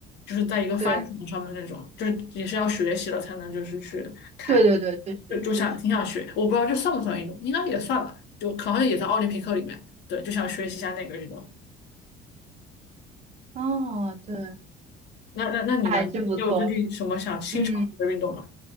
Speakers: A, on the left (about 65°); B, on the right (about 35°).
A: 就是在一个帆船上面那种，
B: 对
A: 就是也是要学习了才能就是去开。
B: 对对对，确实确实。
A: 就就想挺想学，我不知道这算不算运动，应该也算吧，就好像也在奥林匹克里面。对，就想学习一下那个运动。
B: 哦，对，
A: 那那那你呢？
B: 哎，
A: 你有最近什么想新尝试的运动吗？
B: 真不错，嗯。